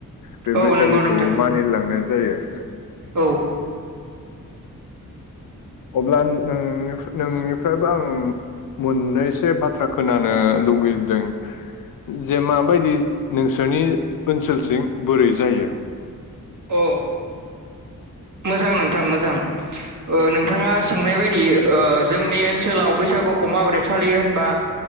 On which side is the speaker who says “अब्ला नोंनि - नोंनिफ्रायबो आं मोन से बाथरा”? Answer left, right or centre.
Left